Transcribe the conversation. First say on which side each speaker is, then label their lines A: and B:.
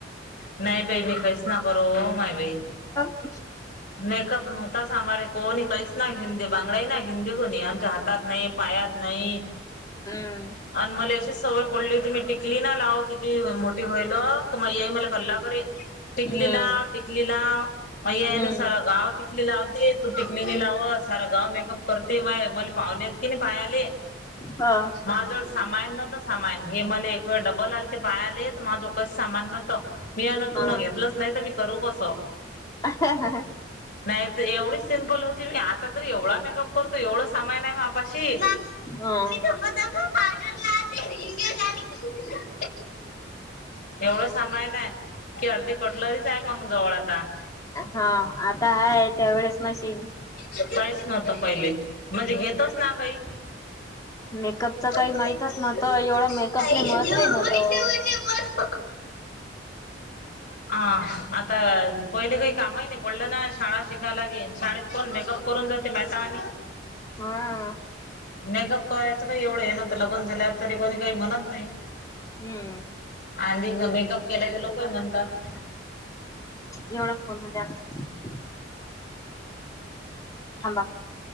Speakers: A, on the left (about 45°); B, on the left (about 20°).
A: नाही बाई मी काहीच ना करो, माय बाई.
B: हा <inaudible>
A: मेकअप नव्हताच आमारे, कोणी काहीच ना घेन दे बांगड्या ना घेनदी कोणी आमच्या हातात नाही पायात नाही नाही,
B: हम्म.
A: आणि मला अशी सवय पडली होती मी टिकली ना लाव किती मो होईल तर, माझी आई मला कल्ला करी, टिकली
B: हम्म
A: लाव टिकली लाव म
B: हम्म
A: गाव टिकली लावते तू टिकली नई लावत, सारं गाव मेकअप करते, मा मले पाहुणेे येत की नाही पायाले
B: हा.
A: माझजवळ सामान नव्हतं सामान, हे मला एक वेळ डबल आलते पायाले तर माय जवळ काही सामान नव्हतं. मी अन तुन
B: हा
A: घेतलंच नाही तर मी करू कसं.
B: ह हा.
A: नाही तर एवढी सिम्पल होती मी, आता तर एवढा मेकअप करतो एवढं सामान हाय मापाशी
B: हा
A: तडर ला <inaudible> एवढं सामान आहे, की अर्धी कटलरीच आहे मग जवळ आता.
B: हा आता हाय, त्या वेळेस नशीन.
A: काहीच नव्हत पयले, म्हणजे घेतच ना कायी. <unintelligible>
B: मेकअपच काही माहितच नव्हतं एवढं मेकअपले महत्त्वही नव्हतं. <inaudible>
A: हा, आता पहिले काही कामही नाही पडलं ना शाळा शिकायला लागेन, शाळेत कोण मेकअप करून जाते, म आता आम्ही
B: हां.
A: मेकअप करायचं काही एवढं हे नाही, ना तर लगन झाल्यावर तरी कोणी काही म्हणत नाही,
B: हम्म
A: आंधी मेकअप केला की लोकं म्हणतात
B: एवढं फोन द्याना थांबा,